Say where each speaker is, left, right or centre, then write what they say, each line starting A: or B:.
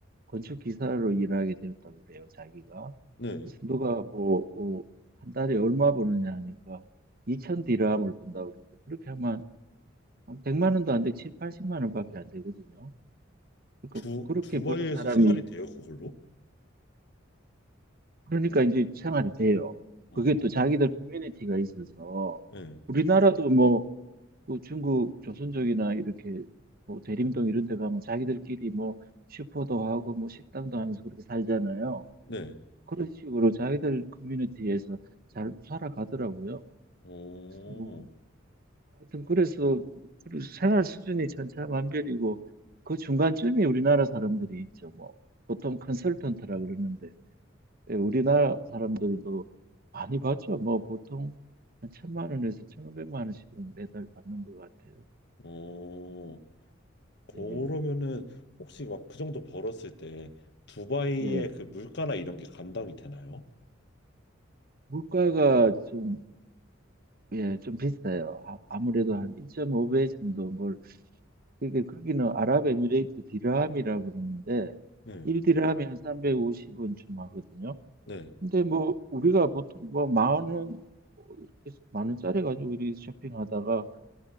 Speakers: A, on the right (about 50°); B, on the left (about 60°).
A: 건축 기사로 일하게 되었다 그래요 자기가
B: 네.
A: 그래서 누가 뭐 어, 한 달에 얼마 버느냐 하니까 2천 디람을 번다 그러는데 그렇게 하면 한 100만 원도 안 돼, 7, 80만 원밖에 안 되거든요. 그러니까
B: 두,
A: 그렇게
B: 두바이에서
A: 버는 사람이
B: 생활이 돼요, 그걸로?
A: 그러니까 이제 생활이 돼요.
B: 어,
A: 그게 또 자기들 커뮤니티가 있어서
B: 네.
A: 우리나라도 뭐그 중국 조선족이나 이렇게 뭐 대림동 이런 데 가면 자기들끼리 뭐 슈퍼도 하고 뭐 식당도 하면서 그렇게 살잖아요.
B: 네.
A: 그런 식으로 자기들 커뮤니티에서 잘 살아가더라고요.
B: 어,
A: 그래서 뭐 하여튼 그래서 우리 생활 수준이 천차만별이고 그 중간쯤이 우리나라 사람들이 있죠. 뭐 보통 컨설턴트라 그러는데 예, 우리나라 사람들도 많이 받죠. 뭐 보통 한 천만 원에서 천오백만 원씩은 매달 받는 것 같아요.
B: 어, 그러면은
A: 예,
B: 혹시 막 그 정도 벌었을 때 두바이의
A: 예.
B: 그 물가나 이런 게 감당이 되나요?
A: 물가가 좀, 예, 좀 비싸요. 아, 아무래도 한 1.5배 정도 뭘, 그게 거기는 아랍에미레이트 디람이라 그러는데
B: 네.
A: 1디람이 한 350원쯤 하거든요.
B: 네.
A: 근데 뭐 우리가 보통 뭐 만 원, 뭐 이렇게 만 원짜리 가지고 이렇게 쇼핑하다가